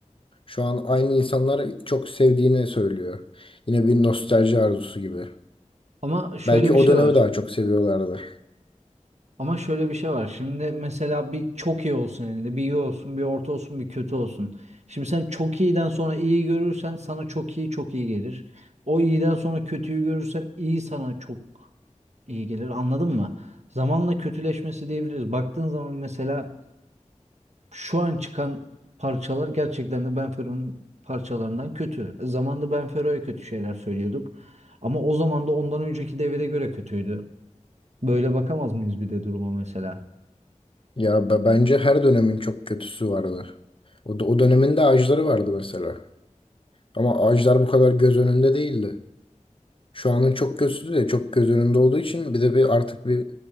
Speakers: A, on the left; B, on the right.
A: Şu an aynı insanlar çok sevdiğini söylüyor. Yine bir nostalji arzusu gibi.
B: Ama şöyle
A: Belki
B: bir
A: o
B: şey
A: dönemi
B: var.
A: daha çok seviyorlardı.
B: Ama şöyle bir şey var. Şimdi mesela bir çok iyi olsun elinde, bir iyi olsun, bir orta olsun, bir kötü olsun. Şimdi sen çok iyiden sonra iyi görürsen sana çok iyi çok iyi gelir. O iyiden sonra kötüyü görürsen iyi sana çok iyi gelir. Anladın mı? Zamanla kötüleşmesi diyebiliriz. Baktığın zaman mesela şu an çıkan parçalar gerçekten de Benfero'nun parçalarından kötü. Zamanında Benfero'ya kötü şeyler söylüyorduk. Ama o zaman da ondan önceki devire göre kötüydü. Böyle bakamaz mıyız bir de duruma mesela?
A: Ya be- bence her dönemin çok kötüsü vardı. O, da- o dönemin de ağaçları vardı mesela. Ama ağaçlar bu kadar göz önünde değildi. Şu anın çok kötüsü de çok göz önünde olduğu için bir de bir artık bir